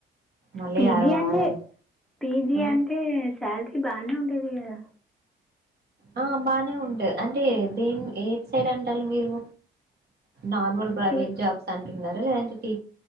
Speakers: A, on the right; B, in the centre.
A: మళ్ళీ
B: పీజీ
A: అరవాలే
B: అంటే పీజీ
A: ఆ
B: అంటే శాలరీ బానే ఉంటది కదా
A: ఆ బాగానే ఉంటది అంటే దేం ఏట్ సైడ్ అంటాల్లు మీరు నార్మల్ ప్రైవేట్
B: టీ
A: జాబ్స్ అంటున్నారా లేదంటే టీ